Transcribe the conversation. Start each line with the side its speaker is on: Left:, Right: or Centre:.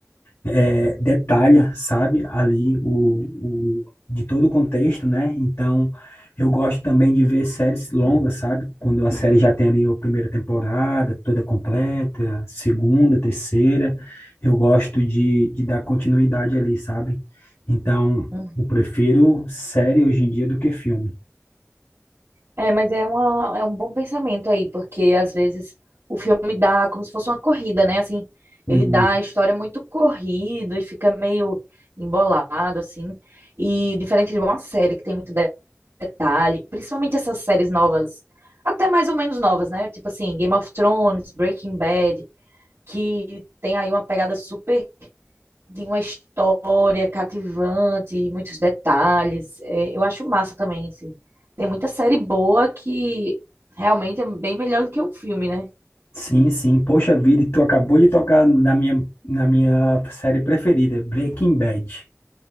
Left: é, detalha, sabe, ali o, o de todo o contexto, né? Então, eu gosto também de ver séries longas, sabe? Quando a série já tem ali a primeira temporada toda completa, segunda, terceira, eu gosto de, de dar continuidade ali, sabe? Então,
Right: uhum.
Left: eu prefiro série hoje em dia do que filme.
Right: É, mas é, uma, é um bom pensamento aí, porque às vezes o filme dá como se fosse uma corrida, né? Assim, ele
Left: E,
Right: dá a história é muito corrido e fica meio embolado, assim. E diferente de uma série que tem muito de- detalhe, principalmente essas séries novas, até mais ou menos novas, né? Tipo assim, Game of Thrones, Breaking Bad, que tem aí uma pegada super de uma história cativante, muitos detalhes. É, eu acho massa também, assim. Tem muita série boa que realmente é bem melhor do que um filme, né?
Left: sim, sim, poxa vida, e tu acabou de tocar na minha, na minha série preferida, Breaking Bad.